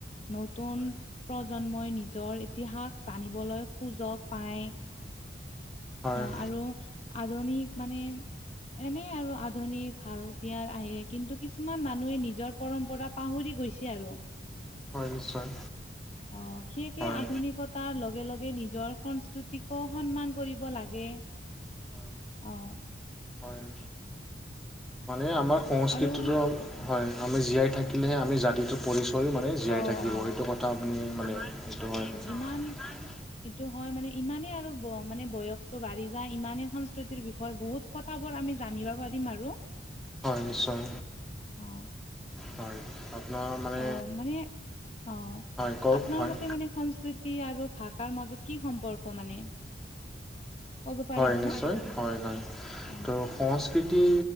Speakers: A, on the left; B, in the centre.
A: নতুন
B: হয়
A: প্ৰজন্মই নিজৰ ইতিহাস জানিবলৈ সুযোগ পায়।
B: হয়
A: অঁ আৰু আধুনিক মানে এনেই আৰু আধুনিক ভাল দিয়াত আহে, কিন্তু কিছুমান মানুহে নিজৰ পৰম্পৰা পাহৰি গৈছে আৰু।
B: হয় নিশ্চয়।
A: অ', সিয়ে কি
B: হয়
A: আধুনিকত- তাৰ লগে-লগে নিজৰ সংস্কৃতিকো সন্মান কৰিব লাগে।
B: হয়-হয়,
A: অ
B: মানে আমাৰ সংস্কৃতিটো-
A: আৰু
B: হয়, আমি জীয়াই থাকিলে'হে আমি জাতিটো পৰিচয়ো মানে জীয়াই
A: অ
B: থাকিব
A: অ
B: এইটো কথা আপুনি মানে এইটো হয়।
A: ইমান-
B: হয়।
A: এইটো হয় মানে ইমানেই আৰু মানে বয়সটো বাঢ়ি যায়, ইমানেই সংস্কৃতিৰ বিষয়ে বহুত- ককথাবোৰ আমি জানিব পাৰিম আৰু।
B: হয় নিশ্চয়,
A: অ
B: হয়। আপোনাৰ মানে
A: অ' মানে অ',
B: হয় কওক
A: আপোনাৰ
B: হয়
A: মতে মানে সংস্কৃতি- আৰু ভাষাৰ মাজত কি সম্পৰ্ক মানে? ক'ব পাৰিব
B: হয় নিশ্চয়
A: না
B: হয়-হয়।
A: অ
B: ত' সংস্কৃতি